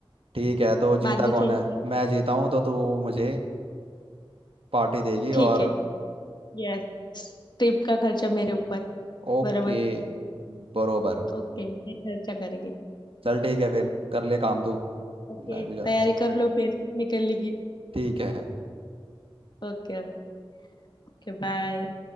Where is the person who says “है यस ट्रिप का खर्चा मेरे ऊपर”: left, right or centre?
Left